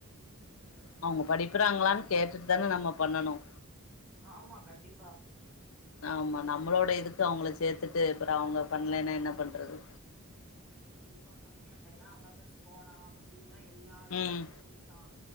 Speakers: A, in the centre; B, on the left (about 65°).
A: ம்
B: அவுங்க படிப்புறாங்களான்னு
A: ம் ஆ
B: கேட்டுட்டு தானே நம்ம பண்ணணும்
A: ஆமா கண்டிப்பா
B: ஆமா நம்மளோட இதுக்கு அவங்கள சேர்த்துட்டு அப்புறம் அவங்க பண்ணலன்னா என்ன பண்றது
A: கண்டிப்பாங்க என்பையன்ல்லா அபாக்கஸ் போனா புல்ல எல்லா லெவலுமே
B: ம்
A: முடிச்சான்